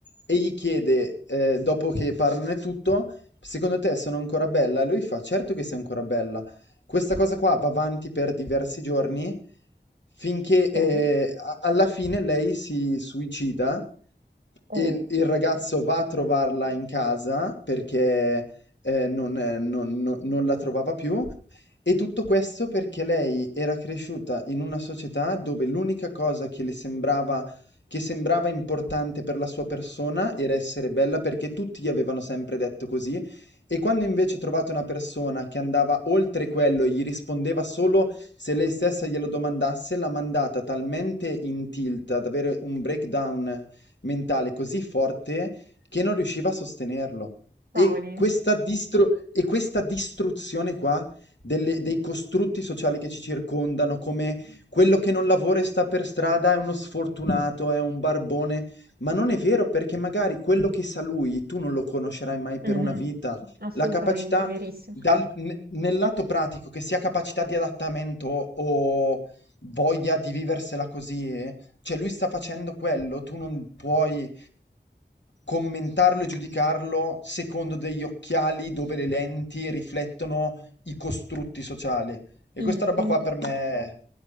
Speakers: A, on the left; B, on the right.
A: e gli chiede, eh, dopo che parlano e tutto, Secondo te sono ancora bella? E lui fa: Certo che sei ancora bella. Questa cosa qua va avanti per diversi giorni finché eh,
B: ok.
A: a- alla fine lei si suicida.
B: Oh,
A: Il, il ragazzo va a trovarla in casa perché eh, non, eh, non- non- non la trovava più. E tutto questo perché lei era cresciuta in una società dove l'unica cosa che le sembrava, che sembrava importante per la sua persona era essere bella perché tutti gli avevano sempre detto così e quando invece trovate una persona che andava oltre quello e gli rispondeva solo se lei stessa glielo domandasse, l'ha mandata talmente in tilt ad avere un breakdown mentale così forte che non riusciva a sostenerlo. E
B: cavoli.
A: questa, distru- e questa distruzione qua delle- dei costrutti sociali che ci circondano, come quello che non lavora e sta per strada è uno sfortunato, è un barbone, ma non è vero perché magari quello che sa lui tu non lo conoscerai mai per
B: Mhm,
A: una vita.
B: Assolutamente,
A: La capacità
B: verissimo.
A: dal- ne- nel lato pratico, che sia capacità di adattamento o voglia di viversela così, eh, cioè lui sta facendo quello, tu non puoi commentarlo e giudicarlo secondo degli occhiali dove le lenti riflettono i costrutti sociali. E
B: Mm,
A: questa roba
B: un-
A: qua per me è